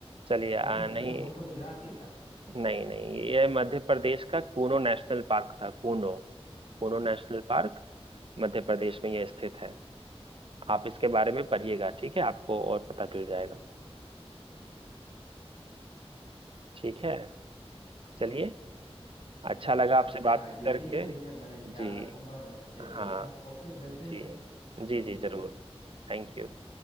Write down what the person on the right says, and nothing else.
चलिए आ,
नहीं
नहीं नहीं ये मध्य प्रदेश का कूनो नेशनल पार्क था कूनो कोनो नेशनल पार्क मध्य प्रदेश में यह स्थित है आप इसके बारे में पढ़िएगा ठीक है आपको और पता चल जाएगा ठीक है चलिए अच्छा लगा
आपसे बात
करके
जी
हाँ
जी
जी
जी
जरूर
Thank you